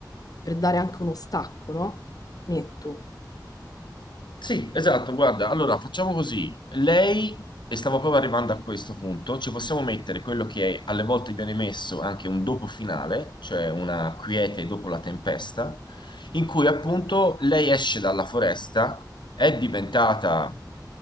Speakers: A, on the left (about 55°); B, on the left (about 85°).
A: per dare anche uno stacco, no? Netto,
B: Sì, esatto, guarda, allora facciamo così. Lei, e stavo proprio arrivando a questo punto, ci possiamo mettere quello che alle volte viene messo anche un dopo finale, cioè una quiete dopo la tempesta, in cui appunto lei esce dalla foresta, è diventata